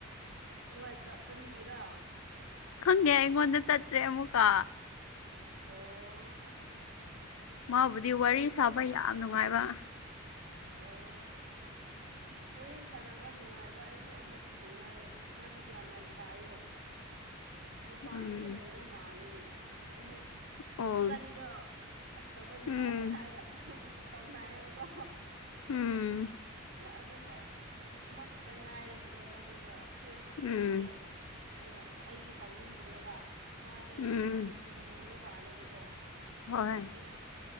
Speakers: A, on the right; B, on the left.
A: ꯂꯣꯏꯈ꯭ꯔ ꯀꯔꯤꯒꯤꯔꯥ
B: ꯈꯪꯗꯦ ꯑꯩꯉꯣꯟꯗ ꯆꯠꯇ꯭ꯔꯦ ꯑꯃꯨꯛꯀ
A: ꯑꯣ ꯑꯁ
B: ꯃꯥꯕꯨꯗꯤ ꯋꯥꯔꯤ
A: ꯑꯩꯁꯨ
B: ꯁꯥꯕ ꯌꯥꯝ ꯅꯨꯡꯉꯥꯏꯕ
A: ꯑꯣ ꯋꯥꯔꯤ ꯁꯥꯟꯅꯕ ꯅꯨꯡꯉꯥꯏꯕ ꯑꯩꯁꯨ ꯑꯃꯗꯤ ꯊꯦꯡꯅꯌꯦ ꯃꯥꯗꯤ ꯒ꯭ꯌꯥꯟ ꯌꯥꯝ ꯇꯥꯏꯌꯦ ꯃꯄꯥꯟꯗꯁꯨ
B: ꯎꯝ
A: ꯂꯩꯕ ꯃꯥꯜꯂꯤꯅꯦ ꯑꯃꯨꯛ
B: ꯑꯣ
A: ꯏꯕꯥꯅꯤꯗꯣ ꯑꯁ ꯇꯧꯕ ꯅꯨꯡꯉꯥꯏꯌꯦ
B: ꯎꯝ
A: ꯍꯥꯏꯔꯒ ꯑꯗꯨꯝ ꯇꯧꯅꯩꯌꯦꯕꯀꯣ
B: ꯎꯝ
A: ꯑꯗꯨꯒ <unintelligible> ꯑꯃꯈꯛꯇ ꯉꯥꯏꯔꯦꯕꯀꯣ ꯏꯕꯥꯅꯤꯗꯣ ꯑꯁ ꯊꯦꯡꯁꯨ ꯊꯦꯡꯈ꯭ꯔꯦ
B: ꯎꯝ
A: ꯑꯩꯅ ꯑꯩꯗꯤ ꯇꯧꯅꯤꯡꯗ꯭ꯔꯦꯕ ꯃꯥꯗꯤ
B: ꯎꯝ
A: ꯂꯣꯏꯁꯤꯟꯅꯤꯡꯕ ꯃꯥꯜꯂꯦꯕꯀꯣ
B: ꯍꯣꯏ
A: ꯑꯩꯅ ꯑꯁ